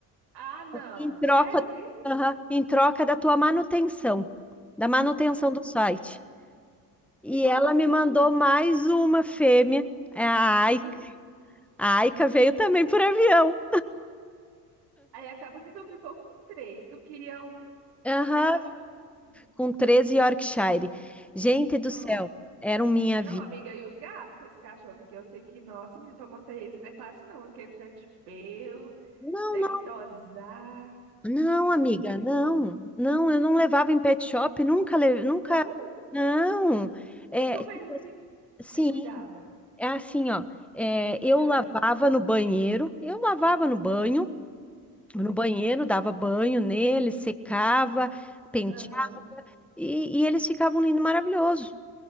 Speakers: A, on the right (about 85°); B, in the centre.
A: Ah, não.
B: em troca,
A: Sério isso?
B: Aham, em troca da tua manutenção, da manutenção
A: Ah,
B: do site. E
A: que bacana.
B: ela me mandou mais uma fêmea, é a Aika.
A: Ah.
B: A Aika veio também por avião.
A: Aí acaba que tu ficou com três. Tu queria um
B: Aham,
A: e já tava com. um.
B: com treze Yorkshire. Gente
A: Nossa.
B: do céu, eram minha
A: Não,
B: vida.
A: amiga, e os gastos com esse cachorro? Porque eu sei que, nossa, menino, pra manter eles não é fácil, não. Aquele tanto de pelo,
B: Não,
A: ter que tosar.
B: Não, amiga,
A: Como que foi?
B: não, não, eu não levava em pet shop, nunca, le- nunca,
A: Não,
B: não, é,
A: tu
B: tipo,
A: mesmo que
B: assim,
A: eh, cuidava.
B: sim, é assim, ó, é, eu
A: Melhor
B: lavava
A: ainda.
B: no banheiro, eu lavava no banho,
A: Sim.
B: no banheiro, dava banho nele, secava, penteava,
A: Aham.
B: e, e eles ficavam lindos, maravilhosos,